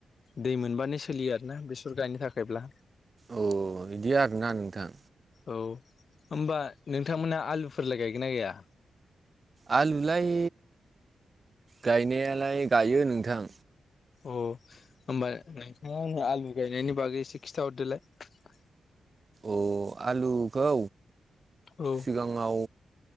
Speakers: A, on the left (about 60°); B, on the right (about 40°).
A: दै मोनबानो सोलियो आरोना बेसर गायनो थाखायब्ला।
B: औ बिदि आरोना नोंथां।
A: औ होमबा नोंथांमोना आलुफोरलाय गायगोन ना गैया?
B: आलुलाय गायनायालाय गायो नोंथां।
A: अ। होमबा नोंथाङा आंनो आलु गायनायनि बागै एसे खिन्थाहरदोलाय।
B: अ आलुखौ
A: औ
B: सिगाङाव